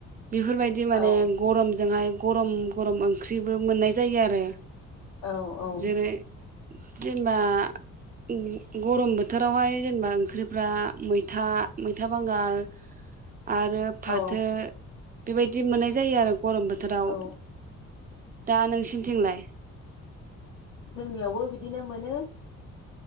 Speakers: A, on the right; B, on the left.
A: बेफोरबायदि माने
B: औ
A: गरमजोंहाय गरम गरम ओंख्रिबो मोननाय जायो आरो
B: औ औ
A: जेरै जेनेबा ग गरम बोथोरावहाय जेनेबा ओंख्रिफ्रा मैथा मैथा बांगाल आरो फाथो
B: औ
A: बेबायदि मोननाय जायो आरोब गरम बोथोराव
B: औ
A: दा नोंसिनिथिंलाय?
B: जोंनियावबो बिदिनो मोनो।